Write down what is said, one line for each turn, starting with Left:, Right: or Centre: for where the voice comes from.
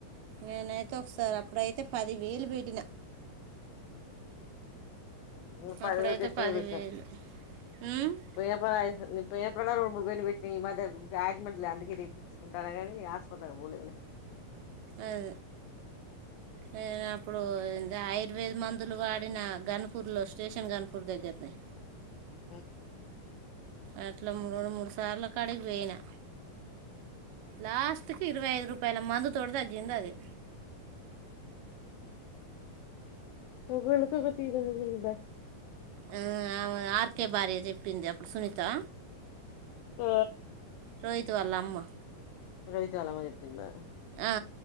Right: నేనైతే ఒకసారి అప్పుడైతే పది వేలు పెట్టినా
Left: ఓహ ఊ పది
Right: అప్పుడైతే
Left: వేలకు ఎక్కువనే
Right: పదివేలు
Left: చూసినం
Right: ఉమ్?
Left: పోయిన పని ఐతద్ నీ పోయిన పన్ ఇలా రెండు మూడు వేలు పెట్టిన ఈ మ యాడ్మెంట్ అందుకే ర తీసుకుంటారా కానీ హాస్పిటల్ పోలేదు లే
Right: అదే నే అప్పుడు అదే ఆయుర్వేద మందులు వాడిన గన్పూర్లో స్టేషన్ గన్పూర్ దగ్గరది
Left: ఊ
Right: అట్లా మూడు రెండు మూడు సార్లా కాడికిపోయినా లాస్ట్కి ఇరవై ఐదు రూపాయల మందు తోటి తగ్గిందది.
Left: ఒకోళ్ళకొకటి <unintelligible>
Right: ఆ ఆమె ఆర్ కే బార్య చెప్పింది సునీతా
Left: ఆ
Right: రోహిత్ వాళ్ళ అమ్మ
Left: రోహిత్ వాళ్ళ అమ్మ చెప్పిందా
Right: ఆ